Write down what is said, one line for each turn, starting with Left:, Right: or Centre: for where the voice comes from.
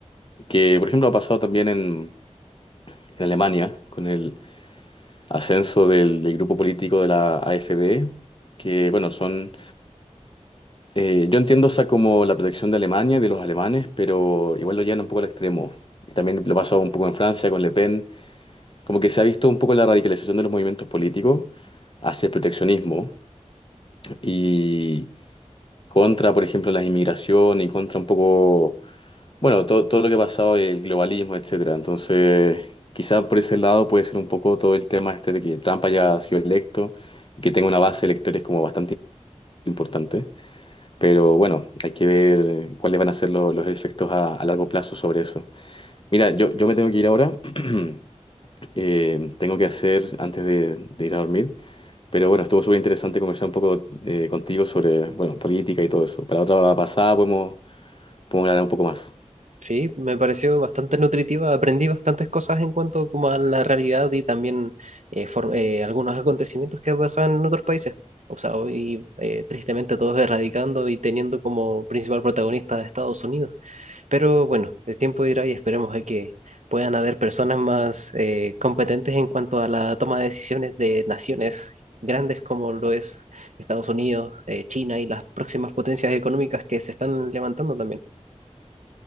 Left: Que, por ejemplo, ha pasado también en, en Alemania con el ascenso del, del grupo político de la AfD, que, bueno, son... eh, yo entiendo esa como la protección de Alemania, y de los alemanes, pero igual lo llevan un poco al extremo. Y También lo pasó un poco en Francia con Le Pen. Como que se ha visto un poco la radicalización de los movimientos políticos hacia el proteccionismo. Y contra, por ejemplo, las inmigración y contra un poco, bueno, todo, todo lo que ha pasado, el globalismo, etcétera. Entonces, quizá por ese lado puede ser un poco todo el tema este de que Trump haya sido electo y que tenga una base de electores como bastante importante. Pero bueno, hay que ver cuáles van a ser lo- los efectos a, a largo plazo sobre eso. Mira, yo, yo me tengo que ir ahora. <clears throat> Eh, tengo que hacer antes de, de ir a dormir. Pero bueno, estuvo súper interesante conversar un poco eh, contigo sobre, bueno, política y todo eso. Para otra pasada podemos podemos hablar un poco más.
Right: Sí, me pareció bastante nutritiva, aprendí bastantes cosas en cuanto como a la realidad y también eh, for- eh, algunos acontecimientos que pasaban en otros países. O sea, hoy eh, tristemente todos erradicando y teniendo como principal protagonista a Estados Unidos. Pero bueno, el tiempo dirá y esperemos a que puedan haber personas más eh, competentes en cuanto a la toma de decisiones de naciones grandes como lo es Estados Unidos, eh, China y las próximas potencias económicas que se están levantando también.